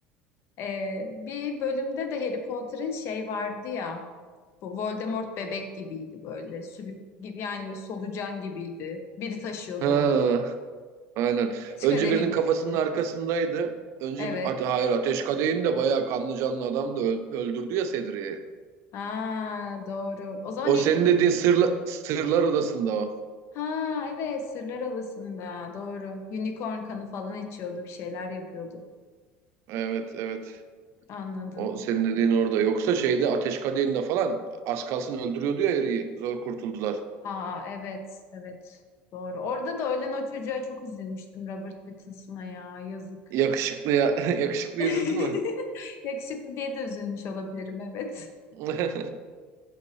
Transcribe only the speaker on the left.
Ee, bir bölümde de Harry Potter'ın şey vardı ya, bu Voldemort bebek gibiydi böyle, sülük gibi yani böyle solucan gibiydi. Biri taşıyordu
onu.
Ateş
kadehindeydi.
Evet.
Ha doğru. O zaman
i-
ha evet Sırlar Adası'nda doğru. Unicorn kanı falan içiyordu, bir şeyler yapıyordu.
Anladım.
Aa evet evet doğru. Orada da ölen o çocuğa çok üzülmüştüm Robert Pattinson'a ya yazık.
<laughs>
Yakışıklı diye de üzülmüş olabilirim evet.